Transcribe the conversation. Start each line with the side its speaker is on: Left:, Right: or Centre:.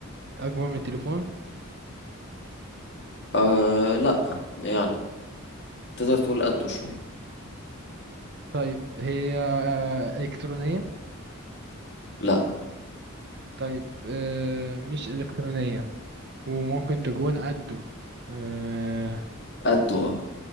Right: اكبر من التليفون
Left: آه، لأ يعني تقدر تقول قده شوية
Right: طيب هي آه، الكترونيه
Left: لأ
Right: طيب آه، مش الكترونيه وممكن تكون قده آه،
Left: قده اه